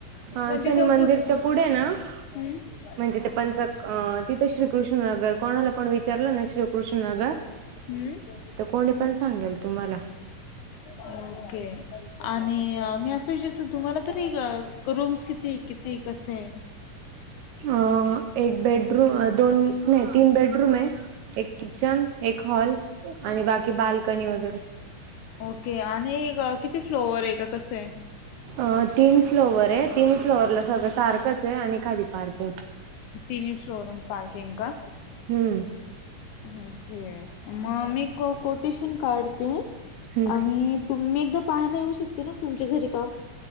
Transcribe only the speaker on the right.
हा
शनी
मंदिरच्या
पुढे ना
म्हणजे ते पंच तिथं श्रीकृष्णनगर कोणाला पण विचारलं ना श्रीकृष्णनगर
तर कोणी पण सांगेल तुम्हाला
अ एक बेडरूम दोन नाही तीन बेडरूम आहे. एक किचन एक हॉल आणि बाकी बाल्कनी वगैरे.
अ तीन फ्लोवरर आहे तिनही फ्लोवरला सगळं सार्कच आहे आणि खाली पार्किंग.
हम्म
हम्म